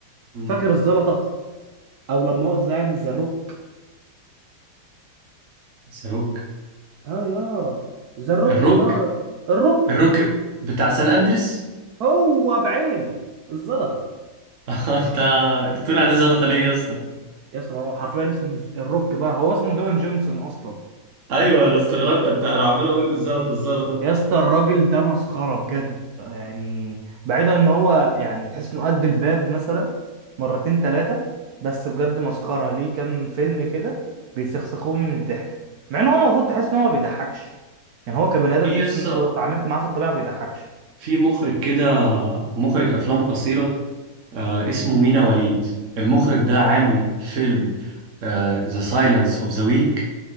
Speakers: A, on the right; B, on the right.
A: مم.
B: فاكر الزلطه او لا مؤاخذه يعني الزروك
A: بس روك
B: اه يا زروك
A: الروك
B: يا الروك
A: الروك بتاع سان اندريس
B: هو بعينه الزلطه
A: <laughs> انت انت بتقول عليه زلطة ليه يا اسطى
B: يا اسطى ما هو حرفيا اسمه ز- الروك بقى هو اسمه دوين جونسون اصلا
A: <laughs> ايوه انا استغربت انت انا عمال اقول الزلطه الزلطه
B: يا اسطى الراجل ده مسخره بجد يعني بعيدا ان هو يعني تحس انه قد الباب مثلا مرتين ثلاثه بس بجد مسخره ليه كام فيلم كده بيسخسخوني من الضحك مع ان هو المفروض تحس ان هو ما بيضحكش يعني هو كبني ادم
A: في
B: تحس
A: يسا
B: ان انت لو اتعاملت معاه في الطبيعه ما بيضحكش
A: في مخرج كده مخرج افلام قصيره آه اسمه مينا وليد المخرج ده عامل فيلم ذا سايلنس اوف ذا ويك